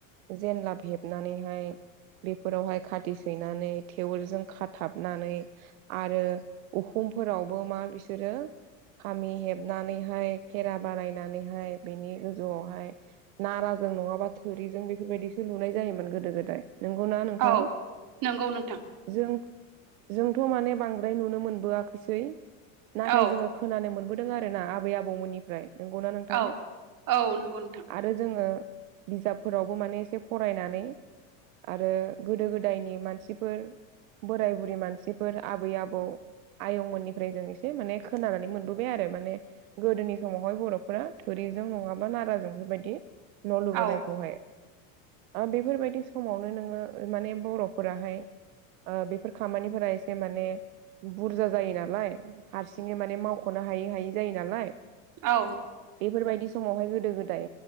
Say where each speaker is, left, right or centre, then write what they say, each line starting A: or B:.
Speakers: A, on the right; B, on the right.
A: जेनलाब हेबनानैहाय बेफोरावहाय खाथि सैनानै थेवोलजों खाथाबनानै आरो उहुमफोरावबो मा बिसोरो खामि हेबनानैहाय खेरा बानायनानैहाय बिनि गोजौआवहाय नाराजों नंङाबा थोरिजों बेफोरबायदिसो लुनाय जायोमोन गोदो गोदाय नंगौना नोंथां
B: औ नंगौ नोंथां
A: जों जोंथ माने बांद्राय नुनो मोनबोआखैसै नाथाय
B: औ
A: जोंङो खोनानो मोनबोदों आरोना आबै आबौमोननिफ्राय नोंगौना नोंथां
B: औ औ नंगौ नोंथां
A: आ रो जोंङो बिजाबफोरावबो माने एसे फरायनानै आरो गोदो गोदायनि मानसिफोर बोराय बुरै मानसिफोर आबै आबौ आयंमोननिफ्राय जों एसे माने खोनानानै मोनबोबाय आरो माने गोदोनि समाव बहाय बर'फोरा थोरिजों नंङाबा नाराजों बेफोरबायदि न' लुबोनायखौहाय
B: औ
A: बेफोरबायदि समावनो नोंङो माने बर'फोराहाय ओ बेफोर खामानिफोरा एसे माने बुरजा जायो नालाय हारसिङै माने मावखनो हायै हायै जायो नालाय
B: औ
A: बेफोरबायदि समावहाय गोदो गोदाय